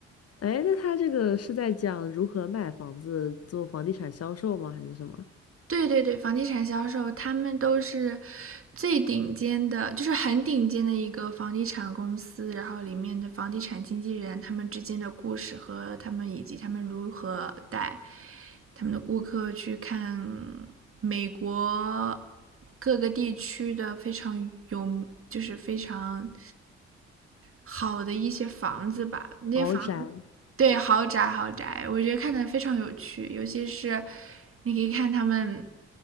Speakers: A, on the left (about 40°); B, on the right (about 35°).
A: 哎，那他这个是在讲如何卖房子、做房地产销售吗？还是什么？
B: 对对对，房地产销售他们都是最顶尖的，就是很顶尖的一个房地产公司，然后里面的房地产经纪人他们之间的故事和他们以及他们如何带他们的顾客去看美国各个地区的非常有，就是非常好的一些房子吧，那些房子，
A: 豪宅？
B: 对，豪宅豪宅，我觉得看的非常有趣，尤其是你可以看他们，